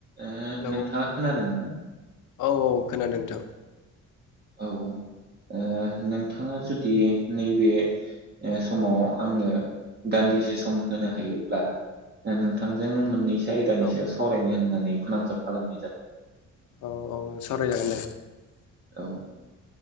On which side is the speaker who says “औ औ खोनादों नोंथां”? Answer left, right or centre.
Left